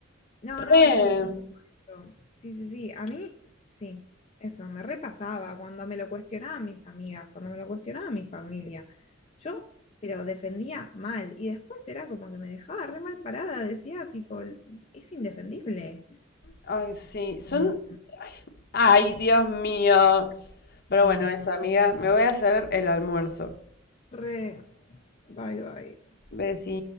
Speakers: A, on the left; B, on the left.
A: no, no,
B: re.
A: es durísimo. Sí, sí, sí, a mí, sí, eso, me repasaba cuando me lo cuestionaban mis amigas, cuando me lo cuestionaba mi familia. Yo, pero defendía mal, y después era como que me dejaba re mal parada, decía, tipo, es indefendible.
B: Ay, sí, son...
A: Y,
B: Ay, Dios mío. Pero
A: y
B: bueno, eso,
A: yo,
B: amiga, me voy a hacer el almuerzo.
A: re, bye, bye.
B: Besí.